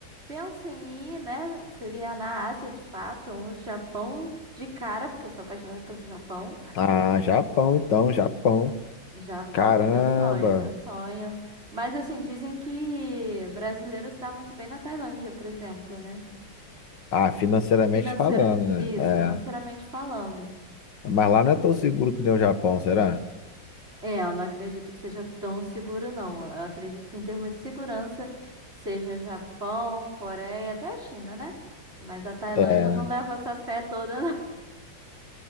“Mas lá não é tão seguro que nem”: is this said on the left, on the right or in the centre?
Left